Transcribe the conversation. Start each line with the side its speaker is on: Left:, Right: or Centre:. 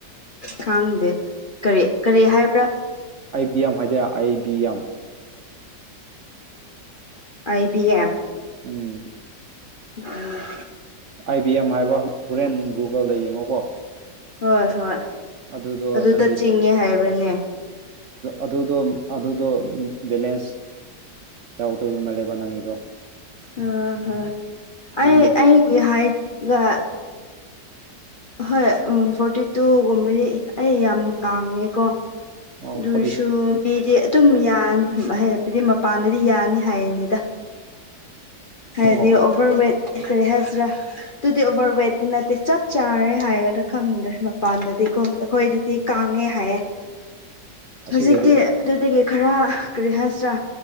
Left: ꯈꯪꯗꯦ ꯀꯔꯤ ꯀꯔꯤ ꯍꯥꯏꯕ꯭ꯔꯥ
Right: ꯑꯥꯏꯕꯤ ꯑꯦꯝ ꯍꯥꯏꯗꯤ I B M
Left: I B M
Right: um
Left: um
Right: I B M ꯍꯥꯏꯕ ꯍꯣꯔꯦꯟ ꯒꯨꯒꯜꯗ ꯌꯦꯡꯉꯣꯀꯣ
Left: ꯍꯣꯏ ꯍꯣꯏ
Right: ꯑꯗꯨꯗꯣ
Left: ꯑꯗꯨꯗ
Right: ꯅꯪꯒꯤ
Left: ꯆꯤꯡꯉꯦ ꯍꯥꯏꯕ꯭ꯔꯅꯦ
Right: ꯑꯗꯨꯗꯣ ꯑꯗꯨꯗꯣ ꯕꯦꯂꯦꯟꯁ ꯌꯥꯎ ꯇꯣꯏꯕꯃꯜ ꯂꯩꯦꯕ ꯅꯪꯒꯤꯗꯣ
Left: ꯑꯣ ꯍ ꯑꯩ
Right: ꯅꯪꯒꯤ
Left: ꯑ ꯍꯥꯏ ꯀ ꯍꯣꯏ ꯎ ꯐꯣꯔꯇꯤ ꯇꯨꯒꯨꯝꯕꯗꯤ ꯑꯩ ꯌꯥꯝ ꯀꯥꯡꯉꯦꯀꯣ
Right: ꯑꯣ
Left: ꯑꯗꯨ
Right: ꯐꯣꯔꯇꯤ
Left: ꯑꯣꯏꯔꯁꯨ ꯃꯤꯗꯤ ꯑꯗꯨꯝ ꯌꯥꯅꯤ ꯍꯥꯏ ꯍꯥꯏꯗꯤ ꯃꯄꯥꯟꯗꯗꯤ ꯌꯥꯅꯤ ꯍꯥꯏꯅꯤꯗ ꯍꯥꯏꯕꯗꯤ
Right: ꯑꯣ
Left: ꯑꯣꯚꯔ ꯋꯦꯠ ꯀꯔꯤ ꯍꯥꯏꯁꯤꯔꯥ ꯑꯗꯨꯗꯤ ꯑꯣꯚꯔꯋꯦꯠꯇꯤ ꯅꯠꯇꯦ ꯆꯞ ꯆꯥꯔꯦ ꯍꯥꯏꯒ꯭ꯔꯥ ꯈꯪꯗ꯭ꯔꯦ ꯃꯄꯥꯟꯗꯗꯤ ꯀꯣ ꯑꯩꯈꯣꯏꯗꯗꯤ ꯀꯥꯡꯉꯦ ꯍꯥꯏꯌꯦ
Right: ꯑꯁꯤꯗꯗꯤ
Left: ꯍꯧꯖꯤꯛꯀꯤ ꯑꯗꯨꯗꯒꯤ ꯈꯔ ꯀꯔꯤ ꯍꯥꯏꯁꯤꯔꯥ